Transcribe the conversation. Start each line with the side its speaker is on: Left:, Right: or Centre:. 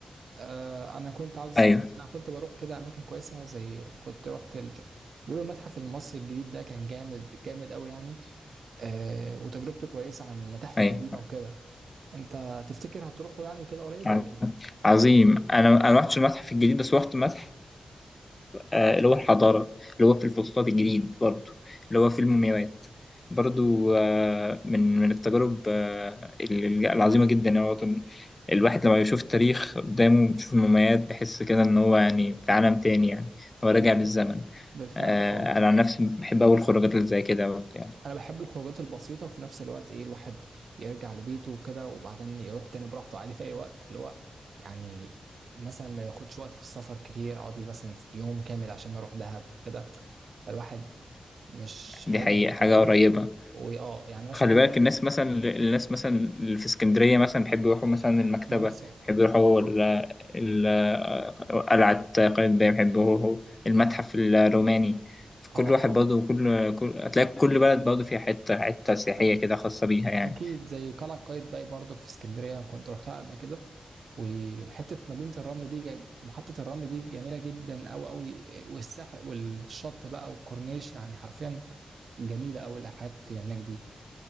Right: آه، انا كنت عاوز اسافر
Left: ايوه
Right: انا كنت بروح كده اماكن كويسه زي كنت رحت ال... بيقولوا المتحف المصري الجديد ده كان جامد جامد قوي يعني آه وتجربته كويسه عن المتاحف
Left: ايوه
Right: القديمه وكده انت تفتكر هتروحوا يعني وكده قريب
Left: ع-
Right: ولا ايه
Left: عظيم انا انا ما رحتش المتحف الجديد بس رحت متحف آه، اللي هو الحضاره اللي هو في الفسطاط الجديد برضو اللي هو في المومياوات برضو آه، من من التجارب آه، ال- ال- العظيمه جدا يعني برضو الواحد لما بيشوف التاريخ قدامه بيشوف المومياوات بيحس كده ان هو يعني في عالم تاني يعني هو راجع
Right: ايوه
Left: بالزمن
Right: بالفعل
Left: آه،
Right: اه
Left: انا عن نفسي بحب اول خروجات اللي زي كده برضو يعني
Right: انا بحب الخروجات البسيطه وفي نفس الوقت ايه الواحد يرجع لبيته وكده وبعدين يروح تاني براحته عادي في اي وقت اللي هو يعني مثلا ما ياخدش وقت في السفر كتير اقعد لي مثلا يوم كامل عشان اروح دهب وكده فالواحد مش
Left: دي
Right: حابب
Left: حقيقه
Right: الحته
Left: حاجه
Right: ده قوي
Left: قريبه
Right: واه يعني مثلا
Left: خلي
Right: ممكن
Left: بالك
Right: اقول
Left: الناس
Right: لك
Left: مثلا الناس مثلا اللي في اسكندرية مثلا بيحبوا يروحوا مثلا المكتبة
Right: مرسى اه
Left: بيحبوا يروحوا ال- ال- قلعة قايتباي بيحبوا يروحوا المتحف الروماني فكل
Right: اه
Left: واحد برضه كل كل هتلاقي كل بلد برضه فيها حتة حتة سياحية
Right: أ-
Left: كده خاصة بيها يعني
Right: اكيد زي قلعه قايتباي برضك في اسكندريه كنت رحتها قبل كده وحته مدينه الرمل دي جا- محطه الرمل دي جميله جدا قوي قوي والساحل والشط بقى والكورنيش يعني حرفيا جميله قوي الحاجات اللي هناك دي